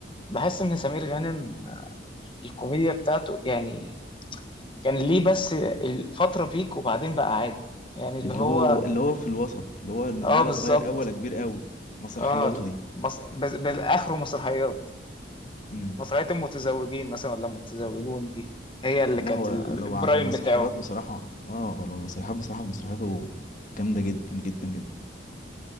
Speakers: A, on the left (about 30°); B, on the left (about 45°).
A: بحس ان سمير غانم الكوميديا بتاعته يعني كان ليه بس الفترة بيك وبعدين بقى عادي يعني اللي
B: اللي
A: هو
B: هو اللي هو في الوسط اللي هو
A: اه
B: ولا
A: بالظبط
B: صغير قوي ولا كبير قوي مسرحياته
A: اه
B: دي
A: مص... بس بالاخره مسرحيات
B: امم
A: مسرحية المتزوجين مثلا ولا المتزوجون دي هي اللي
B: لا
A: كانت
B: هو
A: ال-
B: لو
A: البرايم
B: على المسرحيات
A: بتاعه
B: بصراحه اه هو لو المسرحيات بصراحه مسرحياته جامده جدا جدا جدا